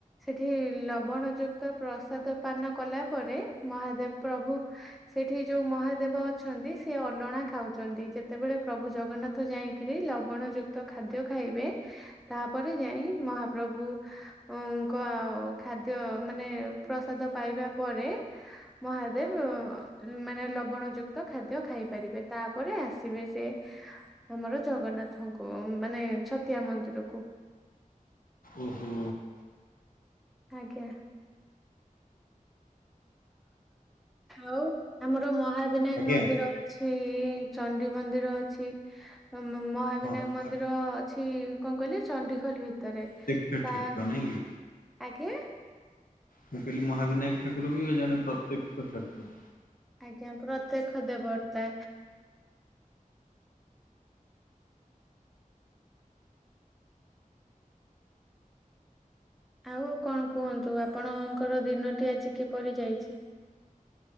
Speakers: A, in the centre; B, on the left (about 80°).
A: ସେଠି ଲବଣ ଯୁକ୍ତ ପ୍ରସାଦ ପାନ କଲା ପରେ ମହାଦେବ ପ୍ରଭୁ ସେଠି ଯୋଉ ମହାଦେବ ଅଛନ୍ତି ସେ ଅଲଣା ଖାଉଛନ୍ତି ଯେତେବେଳେ ପ୍ରଭୁ ଜଗନ୍ନାଥ ଯାଇ ଖିରି ଲବଣ ଯୁକ୍ତ ଖାଦ୍ୟ ଖାଇବେ। ତାପରେ ଯାଇ ମହାପ୍ରଭୁଙ୍କ ଖାଦ୍ୟ ମାନେ ପ୍ରସାଦ ପାଇବା ପରେ ମହାଦେବ ମାନେ ଲବଣ ଯୁକ୍ତ ଖାଦ୍ୟ ଖାଇପାରିବେ ତାପରେ ଆସିବେ ସେ। ଆମର ଜଗନ୍ନାଥଙ୍କୁ ମାନେ ଛତିଆ ମନ୍ଦିରକୁ।
B: ଓ ହୋ।
A: ଆଜ୍ଞା। ଆଉ ଆମର ମହାବିନାୟକ
B: ଆଜ୍ଞା
A: ମନ୍ଦିର ଅଛି ଚଣ୍ଡୀ ମନ୍ଦିର ଅଛି ମହାବିନାୟକ
B: ହଁ
A: ମନ୍ଦିର ଅଛି‌। କଣ କହିଲେ ଚଣ୍ଡିଖୋଲ ଭିତରେ।
B: ପ୍ରତ୍ୟକ୍ଷ
A: ତା
B: ଠାକୁର ନାଇଁ କି
A: ଆଜ୍ଞା।
B: ମୁଁ କହିଲି ମହାବିନାୟକ ଠାକୁର ବି ଜଣେ ପ୍ରତ୍ୟକ୍ଷ ଠାକୁର।
A: ଆଜ୍ଞା ପ୍ରତ୍ୟକ୍ଷ ଦେବତା। ଆଉ କଣ କୁହନ୍ତୁ ଆପଣଙ୍କର ଦିନଟି ଆଜି କିପରି ଯାଇଛି?